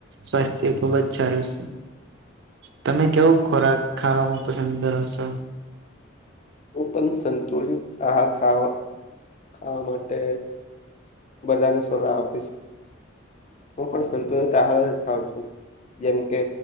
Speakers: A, on the right; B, on the left.
A: સ્વાસ્થ્ય ખુબ જ સારું છે તમે કેવો ખોરાક ખાવામાં પસંદ કરો છો
B: તો પણ સંતુલિત આહાર ખાવ ખાવા માટે બધાને સલાહ આપીશ હું પણ સંતોષ ચાર થઉ છું. જેમ કે